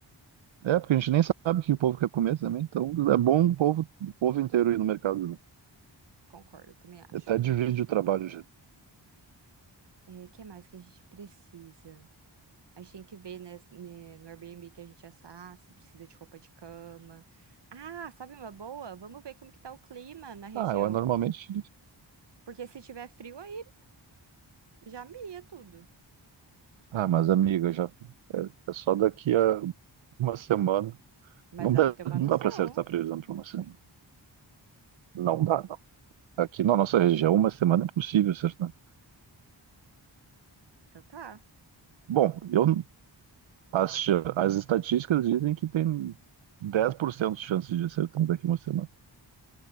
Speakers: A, on the right; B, on the right.
A: é, porque a gente nem sabe o que o povo quer comer também. Então é bom o povo, o povo inteiro ir no mercado junto.
B: Concordo, também acho,
A: E Até
B: também
A: divide
B: acho.
A: o trabalho já.
B: É, que mais que a gente precisa? A gente tem que ver, né, né, no Airbnb que a gente assar, se precisa de roupa de cama. Ah, sabe uma boa? Vamos ver como que tá o clima na região.
A: Ah, eu normalmente.
B: Porque se tiver frio aí, já mia tudo.
A: Ah, mas amiga, já é, é só daqui a uma semana.
B: Mas
A: Não
B: dá
A: dá,
B: pra ter uma
A: não
B: noção.
A: dá para acertar a previsão para uma semana. Não dá, não. Aqui na nossa região, uma semana é impossível acertar.
B: Então tá.
A: Bom, eu, as, cha- as estatísticas dizem que tem 10% de chances de acertar daqui a uma semana.